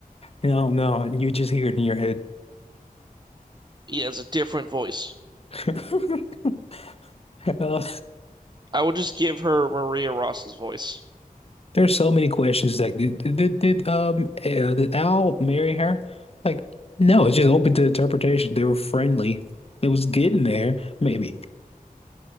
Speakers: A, on the left (about 40°); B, on the right (about 30°).
A: No, no, you just hear it in your head.
B: Yeah, it's a different voice.
A: <laughs> Uh,
B: I would just give her Maria Ross's voice.
A: There's so many questions. Like, did did did um uh, did Al marry her? Like, no, it's just open to interpretation. They were friendly. It was getting there, maybe.